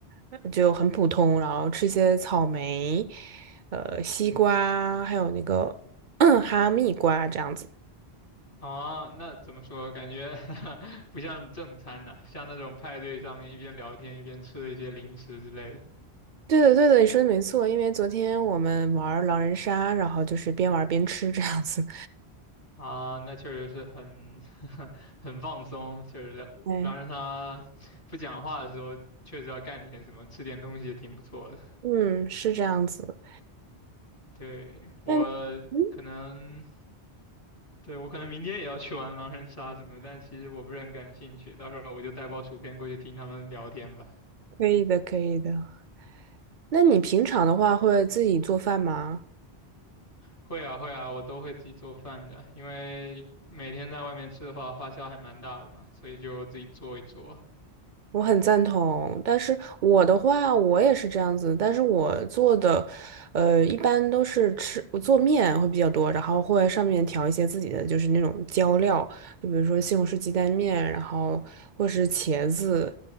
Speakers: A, on the right; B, on the left.
A: 呃就很普通，然后吃一些草莓、呃西瓜，还有那个 <clears throat> 哈密瓜这样子。
B: 啊，那怎么说？感觉 <laughs> 不像正餐呐、像那种派对上面一边聊天一边吃的一些零食之类的
A: 对的，对的，你说的没错，因为昨天我们玩狼人杀，然后就是边玩边吃这样子。
B: 啊，那确实是很 <laughs> 很放松，确实聊狼人杀不讲话的时候，
A: 哎，
B: 确实要干点什么，吃点东西也挺不错的。
A: 嗯，是这样子。
B: 对，我可能，
A: 那你嗯，
B: 对，我可能明天也要去玩狼人杀什么的，但其实我不是很感兴趣，到时候我就带包薯片过去听他们聊天吧。
A: 可以的，可以的。那你平常的话会自己做饭吗？
B: 会啊会啊，我都会自己做饭的，因为每天在外面吃的话，花销还蛮大的嘛，所以就自己做一做。
A: 我很赞同，但是我的话，我也是这样子，但是我做的，呃，一般都是吃，我做面会比较多，然后会上面调一些自己的，就是那种浇料，就比如说西红柿鸡蛋面，然后或是茄子，